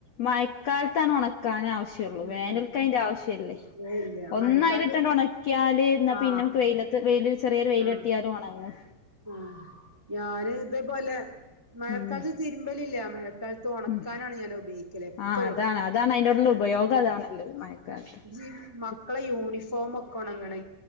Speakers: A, on the left; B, on the right.
A: മയക്കാലത്താണ് ഒണക്കാൻ ആവശ്യയൊള്ളൂ
B: ഉം
A: വേനൽക്ക് അയിന്റെ ആവ ശ്യല്ലേ.
B: ഏ ഇല്ല
A: ഒന്നയിലിട്ടണ്ട്
B: മഴക്കാലത്ത്
A: ഒണക്കിയാല് എന്നാ
B: ആ
A: പിന്നെ നമ്മക്ക് വെയിലത്ത് വെയ്ല് ചെറിയെര് വെയില്
B: ആ
A: തട്ടിയാലും ഒണങ്ങും.
B: ആ ഞാന് ഇതേ പോലെ മഴക്കാലത്ത്
A: ഉം
B: തിര്മ്പല് ഇല്ല മഴ കാലത്ത് ഒണക്കാനാണ്
A: ഉം
B: ഞാൻ ഉപയോഗിക്കല് എപ്പഴും
A: ആഹ് അതാണ് അതാണ് അയിന്റോടുള്ള
B: ഉം
A: ഉപയോഗം അതാണുള്ളത് മഴക്കാലത്ത്
B: യ് മക്കളെ യൂണിഫോം ഒക്കെ ഒണങ്ങണെ